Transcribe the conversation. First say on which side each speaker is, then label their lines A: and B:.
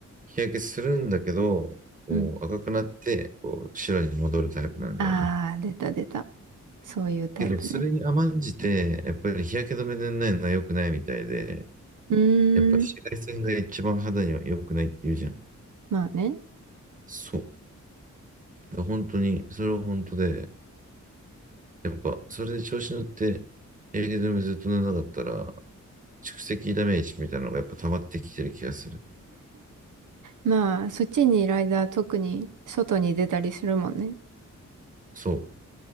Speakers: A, on the right (about 25°); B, on the right (about 85°).
A: 日焼けするんだけど、こう赤くなって、
B: うん
A: こう白に戻るタイプなんだよね。
B: ああ、出た出た。そういうタイプね。
A: けど、それに甘んじて、やっぱり日焼け止め塗んないのは良くないみたいで、
B: うーん。
A: やっぱ紫外線が一番肌には良くないって言うじゃん。
B: まあね。
A: そう。本当に、それは本当で、やっぱ、それで調子乗って、日焼け止めずっと塗らなかったら、蓄積ダメージみたいなのがやっぱ溜まってきてる気がする。
B: まあ、そっちにいる間は特に外に出たりするもんね。
A: そ